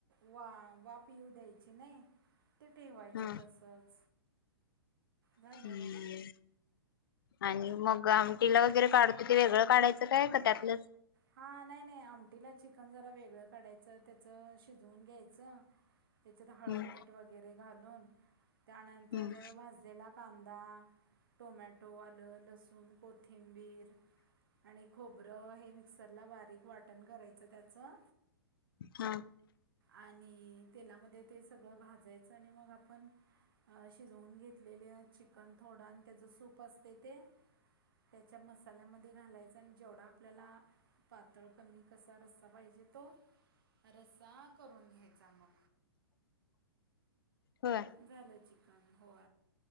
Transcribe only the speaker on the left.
हा
हम् आणि मग आमटीला वगैरे काढतो ते वेगळं काढायचं काय का त्यातलं
हम्म
हम्म
हा
होय